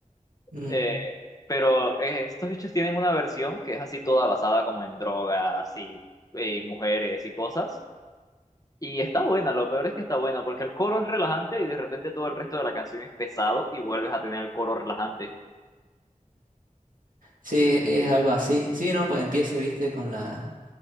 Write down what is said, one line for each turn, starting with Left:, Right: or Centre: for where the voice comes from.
Right: Mm.
Left: Eh, pero eh, estos bichos tienen una versión que es así toda basada como en drogas y, y mujeres y cosas. Y está buena, lo peor es que está buena, porque el coro es relajante y de repente todo el resto de la canción es pesado y vuelves a tener el coro relajante.
Right: Sí, es algo así. Sí, no, pues empiece, viste, con la,